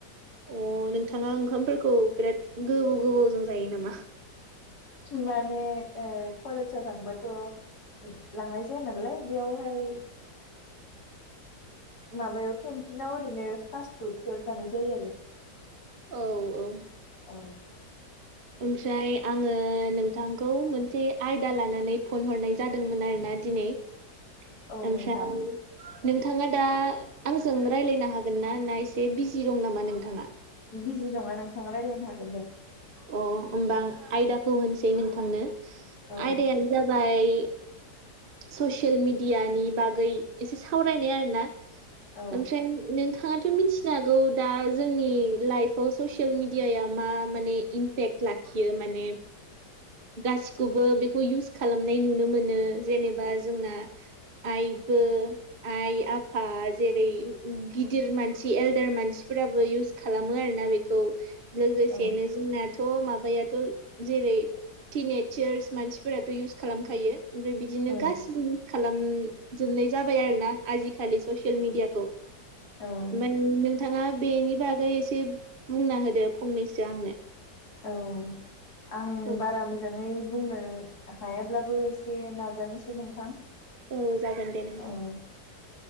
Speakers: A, on the right; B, on the left.
A: अ नोंथाङा ओंखामफोरखौ बिराद गोबाव गोबावजों जायो नामा
B: माने कलेजाव थांबाथ' लांनाय जाया नालाय बेयावहाय माबायाव केन्टिनाव ओरैनो फास्ट फुडफोर जानाय जायो आरो
A: औ औ
B: औ
A: ओमफ्राय आङो नोंथांखौ मोनसे आयदा लानानै फन हरनाय जादोंमोन आरोना दिनै <unintelligible>
B: औ नोंथां
A: नोंथाङा दा आंजों रायज्लायनो हागोन ना ना एसे बिजि दं नामा नोंथाङा
B: बिजि नङा नोंथाङा रायज्लायनो हागोन दे
A: अ होमबा आ आयदाखौ होनसै नोंथांनो
B: औ
A: आयदायानो जाबाय ससियेल मिेडियानि बागै एसे सावरायनाय आर ना
B: औ
A: ओमफ्राय नोंथाङ बे मिथिनो हागौ दा जोंनि लाइफआव ससियेल मिेडियाया मा माने इमपेक्ट लाखियो माने गसि खौबो बेखौ इउस खालामनाय नुनो मोनो जेनेबा जोंना आइबो आइ आफा जेरै गिदिर मानसि एलदार मानसिफोराबो इउस खालामो आरोना बेखौ लोगोसेनो
B: औ
A: जोंनाथ' माबायाथ' जेरै टिन एजार्स मानसिफोराथ' इउस खालामखायो ओमफ्राय बिदि बिदिनो
B: औ
A: गासिबो इउस खालामजोबनाय जाबाय आरो ना आजिखालि ससियेल मेडियाखौ
B: औ
A: मनो नोंथाङा बेनि बागै एसे बुंना होदो फंनैसो आंनो
B: औ आं
A: औ
B: बारा मोजां मोजाङै बुंनो हायाब्लाबो एसे नाजानोसै नोंथां
A: औ जागोन दे नोंथां
B: औ